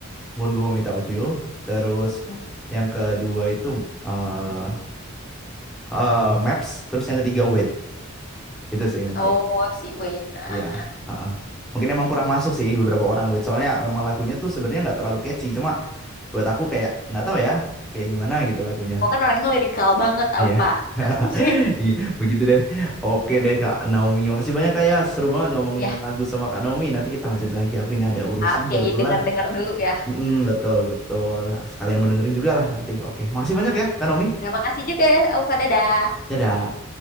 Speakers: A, in the centre; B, on the left.
A: Won't Go Home Without You, terus
B: Hmm.
A: yang kedua itu eh, eh, Maps, terus yang ketiga Wait. Itu sih mungkin.
B: Oh, si Wait. Nah,
A: Iya. heeh. Mungkin emang kurang masuk sih di beberapa orang Wait. Soalnya memang lagunya tuh sebenarnya nggak terlalu catchy. Cuma buat aku kayak nggak tahu ya, kayak gimana gitu lagunya.
B: Aku kan orangnya lirikal banget, aku
A: Iya.
B: Pak.
A: <laughs>
B: <laughs>
A: Iya, begitu deh. Oke deh Kak Naomi. Makasih banyak Kak ya. Seru banget ngomongin
B: Ya,
A: lagu sama Kak Naomi. Nanti kita lanjut lagi. Aku ini ada urusan
B: oke,
A: kebetulan.
B: dengar-dengar dulu ya.
A: Mm, betul, betul. Sekalian mau dengerin juga lah nanti. Oke, makasih banyak ya Kak Naomi.
B: Terima kasih juga ya, Aufa. Dadah.
A: Dadah.